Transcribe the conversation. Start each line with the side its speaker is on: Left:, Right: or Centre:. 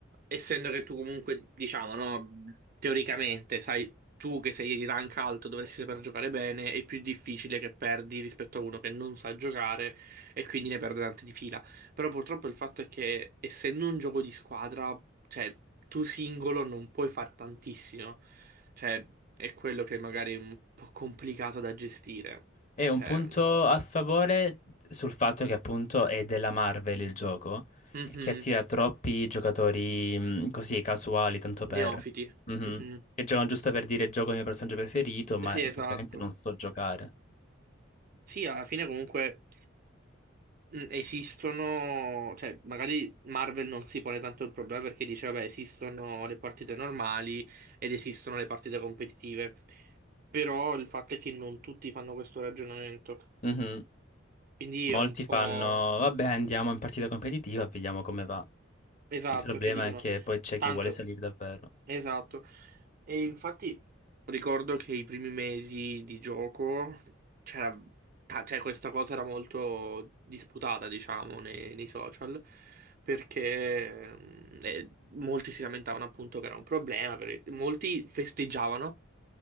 Right: essendo che tu comunque, diciamo, no, teoricamente, sai, tu che sei di rank alto dovresti saper giocare bene, è più difficile che perdi rispetto a uno che non sa giocare e quindi ne perde tante di fila. Però purtroppo il fatto è che essendo un gioco di squadra, cioè, tu singolo non puoi far tantissimo. Cioè, è quello che magari è un po' complicato da gestire.
Left: E un
Right: Cioè,
Left: punto
Right: mm,
Left: a sfavore sul fatto che appunto è della Marvel il gioco
Right: mhm,
Left: e che attira troppi giocatori mh, così casuali, tanto
Right: neofiti.
Left: per... Mhm.
Right: mhm.
Left: Che giocano giusto per dire gioco il mio personaggio preferito, ma
Right: Sì,
Left: effettivamente
Right: esatto.
Left: non so giocare.
Right: Sì, alla fine comunque mh, esistono, cioè magari Marvel non si pone tanto il problema perché dice, vabbè, esistono le partite normali ed esistono le partite competitive, però il fatto è che non tutti fanno questo ragionamento,
Left: Mhm.
Right: quindi è
Left: Molti
Right: un po'...
Left: fanno, vabbè, andiamo in partita competitiva, vediamo come va.
Right: Esatto,
Left: Il problema
Right: cioè dicono,
Left: è che poi c'è
Right: tanto,
Left: chi vuole salire davvero.
Right: esatto, E infatti ricordo che i primi mesi di gioco c'era, ta- cioè questa cosa era molto disputata, diciamo, nei, nei social, perché mm, eh, molti si lamentavano appunto che era un problema, perché molti festeggiavano